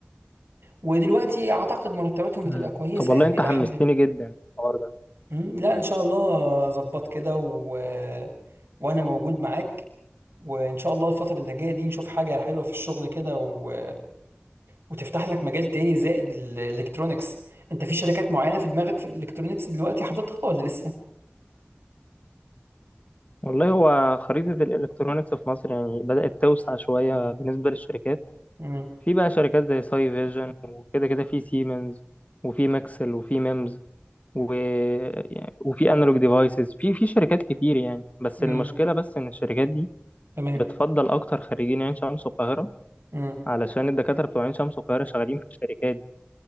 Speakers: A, on the right; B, on the left.
A: ودلوقتي اعتقد مرتباتهم بتبقى
B: مم.
A: كويسه
B: طب والله
A: يعني
B: انت
A: الى
B: حمستني
A: حد ما
B: جدا الحوار ده.
A: مم، لا ان شاء الله ظبط كده و... وانا موجود معاك وان شاء الله الفترة اللي جاية دي نشوف حاجة حلوة في الشغل كده و... وتفتح لك مجال تاني زائد الالكترونيكس انت في شركات معينة في دماغك في الالكترونيكس دلوقتي حاططها ولا لسه
B: والله هو خريطة الإلكترونيكس في مصر يعني بدأت توسع شوية بالنسبة للشركات
A: امم
B: في بقى شركات زي ساي فيجن وكده كده في سيمنز وفي ماكسل وفي ميمز و... يعني- وفي انالوج ديفايسز في في شركات كتير يعني بس
A: امم
B: المشكلة بس إن الشركات دي
A: تمام
B: بتفضل أكتر خريجين عين شمس والقاهرة
A: امم
B: علشان الدكاترة بتوع عين شمس والقاهرة شغالين في الشركات دي